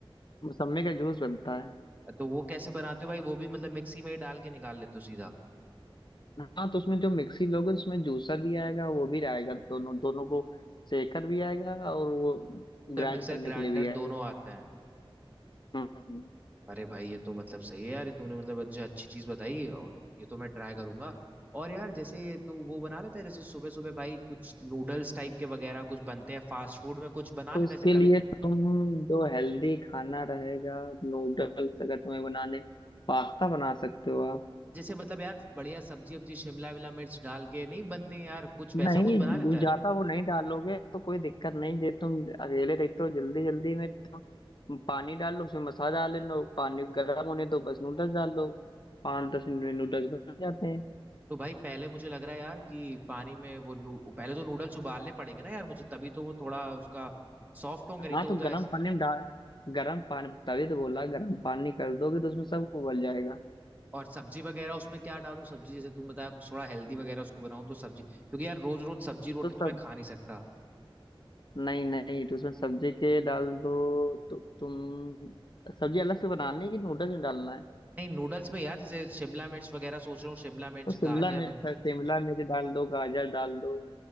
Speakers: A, on the left (about 55°); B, on the right (about 15°).
A: मौसम्मी का जूस बनता है
B: तो वो कैसे बनाते हो भाई वो भी मतलब मिक्सी में ही डाल के निकाल लेते हो सीधा
A: हाँ तो उसमें जो मिक्सी लोगे उसमें जूसर भी आएगा वो भी आएगा दोनों दोनों को सेकर भी आएगा और वो
B: मिक्सर
A: ग्राइंड
B: मिक्सर
A: करने
B: ग्राइंडर
A: के लिए भी आएगा
B: दोनों आते हैं
A: हम्म
B: अरे भाई ये तो मतलब सही है यार ये तूने मतलब अच्छा अच्छी चीज बताई और ये तो मैं ट्राई करूंगा और यार जैसे तू वो बना लेता है जैसे सुबह सुबह भाई कुछ नूडल्स टाइप के वगैरह कुछ बनते हैं फास्ट फूड में कुछ बना
A: तो
B: लेता
A: उसके
B: है जैसे
A: लिए
B: कभी
A: तुम जो हेल्दी खाना रहेगा नूडल्स अगर तुम्हें बनाने पास्ता बना सकते हो आप
B: जैसे मतलब यार बढ़िया सब्जी वब्जी शिमला विमला मिर्च डाल के नहीं बनते हैं यार कुछ
A: नहीं
B: वैसा कुछ बना लेता
A: जो
B: है
A: ज्यादा वो नहीं डालोगे तो कोई दिक्कत नहीं जे तुम अकेले रहते हो जल्दी जल्दी में तो पानी डाल लो उसमें मसाला डाल लो पानी गर्म होने दो बस नूडल्स डाल लो पाँच दस मिनट में नूडल्स बन जाते हैं
B: तो भाई पहले मुझे लग रहा है यार कि पानी में वो नू, पहले तो नूडल्स उबालने पड़ेंगे ना यार मुझे तभी तो वो थोड़ा उसका सॉफ्ट होंगे नहीं
A: हाँ
B: तो
A: तो
B: वो तो
A: गर्म पानी में डाल गर्म पानी तभी तो बोला गर्म पानी कर दोगे तो उसमें सब उबल जाएगा
B: और सब्जी वगैरह उसमें क्या डालूं सब्जी जैसे तुम बताया कुछ थोड़ा हेल्दी वगैरह उसको बनाऊं तो सब्जी क्योंकि यार रोज रोज सब्जी रोटी
A: तो सब
B: तो मैं खा नहीं सकता
A: नहीं नहीं तो उसमें सब्जी के डाल दो तो तुम सब्जी अलग से बनानी है कि नूडल्स में डालना है
B: नहीं नूडल्स में यार जैसे शिमला मिर्च वगैरह सोच रहा हूँ शिमला मिर्च
A: तो शिमला
B: गाजर
A: मिर्च
B: वगैरह
A: है शिमला मिर्च डाल दो गाजर डाल दो